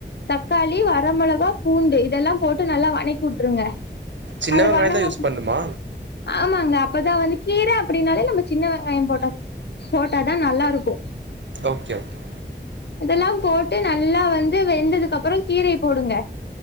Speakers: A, on the left; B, on the right.
A: தக்காளி வரமெளகா பூண்டு இதெல்லா போட்டு நல்லா வனக் வுட்ருங்க
B: சின்ன
A: அது
B: வெங்காயந்
A: வணங்க
B: தா யூஸ் பண்ணுமா
A: ஆமாங்க அப்பதா வந்து கீர அப்படின்னாலே நம்ம சின்ன வெங்காயோ போட்டா போட்டாதா நல்லாருக்கோ
B: ஓகே ஓகே
A: இதெல்லா போட்டு ந நல்லா வந்து வெந்ததுக்கு அப்பறோ கீரைய போடுங்க